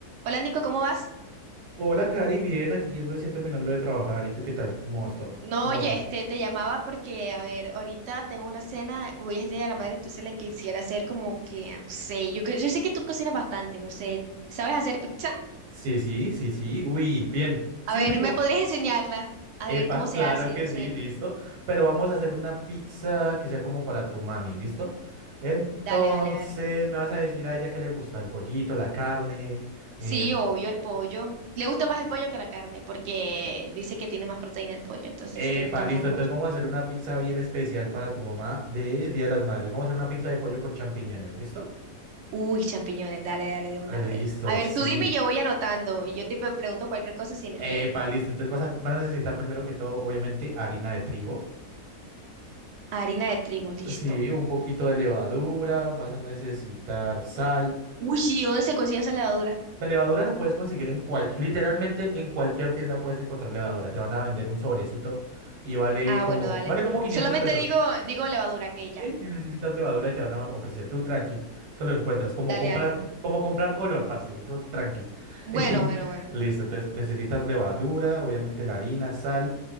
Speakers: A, on the right (about 65°); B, on the right (about 85°).
A: Hola Nico, ¿cómo vas?
B: Hola, Cari, bien, aquí recién terminando de trabajar. ¿Y tú qué tal? ¿Cómo vas todo?
A: No,
B: ¿Cómo
A: oye,
B: va todo?
A: este, te llamaba porque, a ver, ahorita tengo una cena, hoy es el Día de la Madre, entonces le quisiera hacer como que, no sé, yo, cre- yo sé que tú cocinas bastante, no sé, ¿sabes hacer pizza?
B: Sí, sí, sí, sí. Uy, bien. Sí,
A: A ver,
B: tipo,
A: ¿me podrías enseñarla? A
B: epa,
A: ver, ¿cómo
B: claro
A: se hace?
B: que
A: No
B: sí,
A: sé,
B: listo. Pero vamos a hacer una pizza que sea como para tu mami, ¿listo? Entonces,
A: dale, dale, dale.
B: me vas a decir a ella que le gusta el pollito, la carne. em,
A: Sí, obvio, el pollo. Le gusta más el pollo que la carne, porque dice que tiene más proteína el pollo, entonces
B: epa,
A: le gusta más
B: listo.
A: el pollo.
B: Entonces, vamos a hacer una pizza bien especial para tu mamá de Día de las Madres. Vamos a hacer una pizza de pollo con champiñones, ¿listo?
A: Uy, champiñones, dale, dale de una,
B: Ah,
A: a
B: Listo,
A: ver. A ver,
B: sí.
A: tú dime y yo voy anotando, y yo te pre- pregunto cualquier cosa si no
B: Epa,
A: entiendo.
B: listo. Entonces vas a, vas a necesitar primero que todo, obviamente, harina de trigo.
A: Harina de trigo, listo.
B: Sí, un poquito de levadura. Vas a necesitar sal.
A: Uy, sí, ¿dónde se consigue esa levadura?
B: La levadura la puedes conseguir en cualquier, literalmente en cualquier tienda puedes encontrar levadura. Te van a vender un sobrecito y vale
A: Ah,
B: como,
A: bueno, dale.
B: vale como 500
A: Solamente
B: pesos.
A: digo, digo levadura, que ya.
B: Sí, si necesitas levadura y te van a ofrecer tu tranqui. Eso lo encuentras. Como
A: Dale,
B: comprar,
A: dale.
B: como comprar color, parce. Eso tranqui.
A: Bueno,
B: <laughs>
A: bueno, bueno.
B: Listo. Entonces necesitas levadura, obviamente la harina, sal